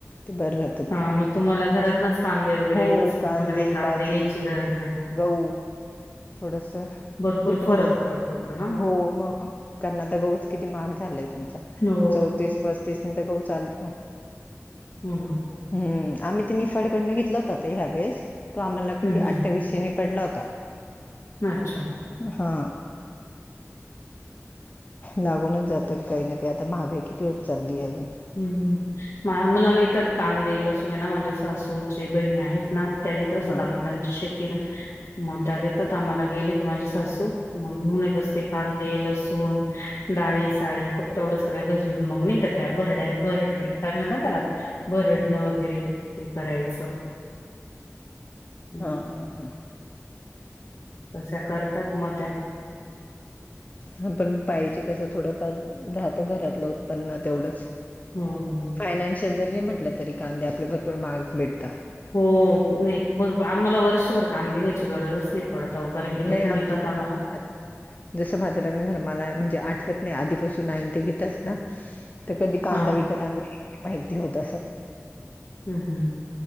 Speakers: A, on the left; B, on the left.
A: ते बर राह
B: हा मग तुम्हाला घरातनच कांदे वगैरे
A: हो,
B: येत असेल
A: कांदे,
B: तुम्हाला काही
A: बाजरी,
B: घ्यायची गरज नाही
A: गहू थोडस
B: भरपूर
A: भेटून
B: फरक
A: जात
B: पडतो पण हा
A: हो मग कारण आता गहूच किती महाग झालाय तुमचा
B: हो
A: चौतीस पस्ती तीस नाही तर गहु चालत नाय
B: हम् ह
A: हम् आम्ही ते निफाड कडनं घेतला होता ह्या वेळेस तो आम्हाला किती
B: हम्म
A: अठवीसशे पडला होता.
B: अच्छा
A: हा लागूनच जातात काही ना काही आता महागाई किती होत चालली अजून.
B: हम्! मला येतात कांदे, लसूण आहे ना माझ्या सासूचे बहिणी आहेत ना त्या देत असतात.
A: हा
B: त्यांची शेती आहे ना मग त्या देता देतात आम्हाला गेले की माझे सासू मग घेऊन येत असते. कांदे, लसूण, डाळी, साळी फक्त एवढंच की घरी येऊन बग नाही का त्यात. बरड बरडणे काय म्हणतात त्याला भरडण वगैरे ते करायचं. हम्म
A: हा हा हा.
B: तश्या करतात मग त्या.
A: ह पण पाहिजे कसं थोडंफार राहतं. घरातलं उत्पन्न तेवढंच.
B: होय.
A: फायनान्शियल जरी म्हटलं तरी कांदे आपल्याला भरपूर महागच भेटता.
B: हो. नाहीत मग आम्हाला वर्षभर कांदे घ्यायची गरजच नाही पडत अहो. कारण की तिथून
A: नाही अजून
B: येतात आम्हाला
A: तरी जसं माझं लग्न झालं मला म्हणजे आठवत नाही आधीपासून आईन ते घेतच ना. तर कधी कांदा
B: हा
A: विकत आणलेलं माहिती होत अस
B: हम्म हम्म